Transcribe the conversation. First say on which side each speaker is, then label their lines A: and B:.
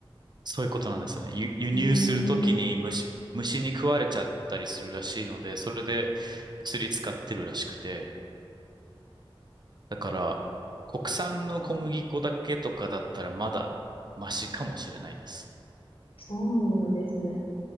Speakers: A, on the right; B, on the left.
A: そういうことなんですよね。輸、輸入するときに虫、
B: へえ、
A: 虫に食われちゃったりするらしいので、それで薬使ってるらしくて。だから、国産の小麦粉だけとかだったらまだマシかもしれないです。
B: そうなんですね。